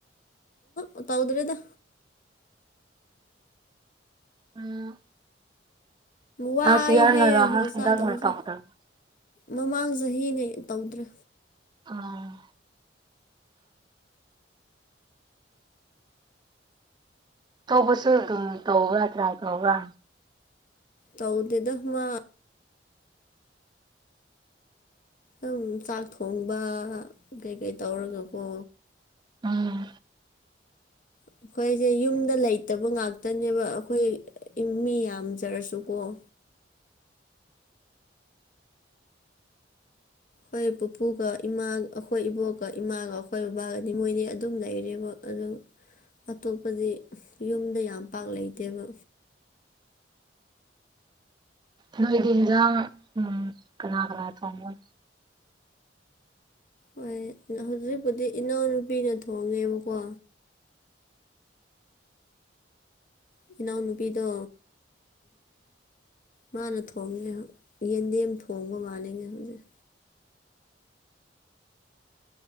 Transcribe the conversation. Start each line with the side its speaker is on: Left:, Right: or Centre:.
Left: ꯑꯣ ꯇꯧꯗ꯭ꯔꯦꯗ
Right: ꯎꯝ <unintelligible>
Left: ꯋꯥꯏ ꯍꯥꯏꯌꯦ ꯑꯣꯖꯥ ꯇꯧꯕꯁꯨ ꯃꯃꯥꯡ ꯆꯍꯤꯅꯦ ꯇꯧꯗ꯭ꯔꯦ
Right: ꯑꯥ ꯇꯧꯕꯁꯨ ꯑꯗꯨꯝ ꯇꯧꯕ꯭ꯔꯥ ꯇ꯭ꯔꯥꯏ ꯇꯧꯕ꯭ꯔꯥ
Left: ꯇꯧꯗꯤꯗ ꯃꯥ ꯑꯗꯨꯝ ꯆꯥꯛ ꯊꯣꯡꯕ ꯀꯩꯀꯩ ꯇꯧꯔꯒꯀꯣ
Right: ꯎꯝ
Left: ꯑꯩꯈꯣꯏꯁꯦ ꯌꯨꯝꯗ ꯂꯩꯇꯕ ꯉꯥꯛꯇꯅꯦꯕ ꯑꯩꯈꯣꯏ ꯃꯤ ꯌꯥꯝꯖꯔꯁꯨꯀꯣ <unintelligible> ꯑꯩꯈꯣꯏ ꯄꯨꯄꯨꯒ ꯏꯃꯥ ꯑꯩꯈꯣꯏ ꯏꯕꯣꯛꯀ ꯏꯃꯥꯒ ꯑꯩꯈꯣꯏ ꯕꯕꯥꯒꯗꯤ ꯃꯣꯏꯅꯤ ꯑꯗꯨꯝ ꯂꯩꯔꯦꯕ ꯑꯗꯨ ꯑꯇꯣꯞꯄꯗꯤ ꯌꯨꯝꯗ ꯌꯥꯝ ꯄꯥꯛ ꯂꯩꯇꯦꯕ
Right: ꯅꯣꯏꯗꯤꯖ ꯎꯝ ꯀꯅꯥ ꯀꯅꯥ ꯇꯣꯡꯉ
Left: ꯍꯣꯏ ꯍꯧꯖꯤꯛꯄꯨꯗꯤ ꯏꯅꯥꯎꯅꯨꯄꯤꯅ ꯊꯣꯡꯉꯦꯕꯀꯣ ꯏꯩꯅꯎ ꯅꯨꯄꯤꯗ ꯃꯥꯅ ꯊꯣꯡꯉꯦ ꯌꯦꯟꯗꯦꯝ ꯊꯣꯡꯕ ꯃꯥꯅꯤꯡꯉꯦ ꯍꯧꯖꯤꯛ